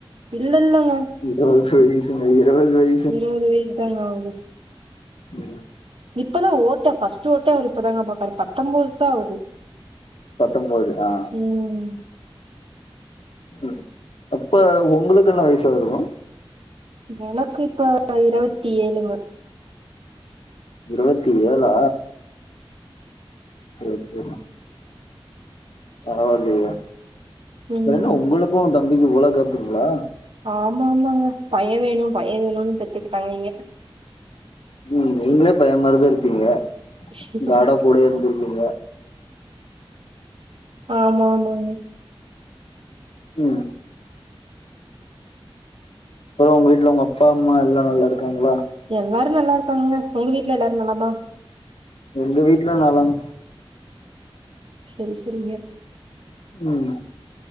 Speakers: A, on the right; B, on the left.
A: இல்ல இல்லங்க
B: இருவது வயசுங்க இருவது வய
A: இருவது வயசு தாங்க ஆவுது
B: உம்
A: இப்பதா ஓட்ட ஃபர்ஸ்ட்டு ஓட்டே அவரு இப்பதாங்க போட்டாரு பத்தொம்போது தா ஆகுது
B: பத்தொம்போது ஆ
A: ம்
B: ம் அப்ப உங்குளுக்கு என்ன வயசா இருக்கோ
A: எனக்கு இப்ப இருவத்தி ஏழுங்க
B: இருவத்தி ஏழா செரி செரி பரவால்லையே அப்பறோ
A: ம்
B: என்ன உங்குளுக்கு உ தம்பிக்கோ இவ்ளோ கேப்புங்களா
A: ஆமா ஆமாங்க பைய வேணோ பைய வேணோன்னு பெத்துக்கிட்டாங்கிங்க
B: ம் நீங்களே பயமாரிதா இருப்பீங்க
A: இங்க
B: கார்டா கூட இருந்திருப்பீங்க
A: ஆமா ஆமாங்க
B: உம் அப்புறோ உங்க வீட்ல உங்க அப்பா அம்மா எல்லா நல்லா இருக்காங்களா
A: எல்லாரு நல்லா இருக்காங்க உங்க வீட்ல எல்லாரு நலமா
B: எங்க வீட்ல நலம்
A: செரி செரிங்க
B: உம்